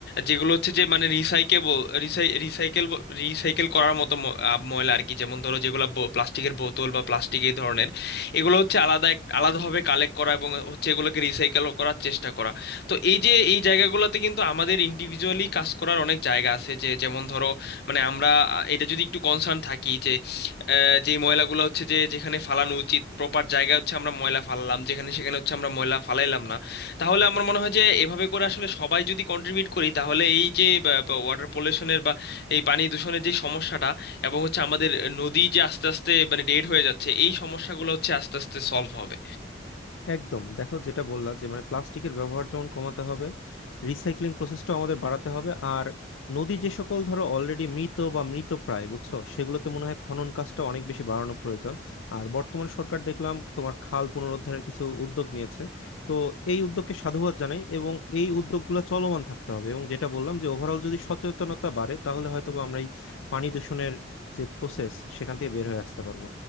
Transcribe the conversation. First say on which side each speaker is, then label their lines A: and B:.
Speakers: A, on the left; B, on the left.
A: যেগুলো হচ্ছে যে মানে রিসাইকেবল রিসাইকেল রিসাইকেল করার মতো ম- আব- ময়লা আর কি যেমন ধরো যেগুলো প্লাস্টিকের বোতল বা প্লাস্টিক এই ধরনের এগুলো হচ্ছে আলাদা এক- আলাদাভাবে কালেক্ট করা এবং হচ্ছে এগুলোকে রিসাইকেল করার চেষ্টা করা তো এই যে এই জায়গাগুলোতে কিন্তু আমাদের ইন্ডিভিজুয়ালি কাজ করার অনেক জায়গা আছে যে যেমন ধরো মানে আমরা আহ, এটা যদি একটু কনসার্ন থাকি যে আহ, যে ময়লাগুলো হচ্ছে যে যেখানে ফালানো উচিত প্রপার জায়গা হচ্ছে আমরা ময়লা ফালালাম যেখানে সেখানে হচ্ছে আমরা ময়লা ফালাইলাম না তাহলে আমার মনে হয় যে এভাবে করে আসলে সবাই যদি কন্ট্রিবিউট করি তাহলে এই যে ওয়াটার পলিউশনের বা এই পানি দূষণের যে সমস্যাটা এবং হচ্ছে আমাদের নদী যে আস্তে আস্তে মানে ডেড হয়ে যাচ্ছে এই সমস্যাগুলো হচ্ছে আস্তে আস্তে সলভ হবে
B: একদম দেখো যেটা বললা যে মানে প্লাস্টিকের ব্যবহার যেমন কমাতে হবে রিসাইক্লিং প্রসেসটাও আমাদের বাড়াতে হবে আর নদী যে সকল ধরো অলরেডি মৃত বা মৃত প্রায় বুঝছো সেগুলোতে মনে হয় খনন কাজটা অনেক বেশি বাড়ানো প্রয়োজন আর বর্তমান সরকার দেখলাম তোমার খাল পুনরুদ্ধারের কিছু উদ্যোগ নিয়েছে তো এই উদ্যোগকে সাধুবাদ জানাই এবং এই উদ্যোগগুলো চলমান থাকতে হবে এবং যেটা বললাম যে ওভারঅল যদি সচেতনতা বাড়ে তাহলে হয়তোবা আমরা এই পানি দূষণের যে প্রসেস সেখান থেকে বের হয়ে আসতে পারবো